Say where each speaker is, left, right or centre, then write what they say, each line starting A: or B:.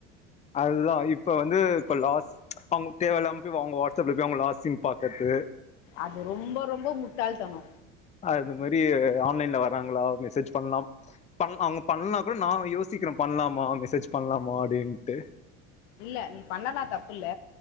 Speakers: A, on the left; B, on the left.
A: அதுதா இப்ப வந்து இப்ப லாஸ் அவுங்ளுக்கு தேவ இல்லாம போய் அவுங்க வாட்ஸ்அப்ல போய் அவுங்க லாஸ் சீன் பாக்கது
B: அது ரொம்ப ரொம்ப முட்டாள் தனோ
A: அது மாரி ஆன்லைன்ல வராங்களா மெசேஜ் பண்லாம் பண் அவுங்க பண்ணா கூட நா யோசிக்கிற பண்லாமா மெசேஜ் பண்லாமா அப்டின்ட்டு
B: இல்ல நீ பண்ணலா தப்புல்ல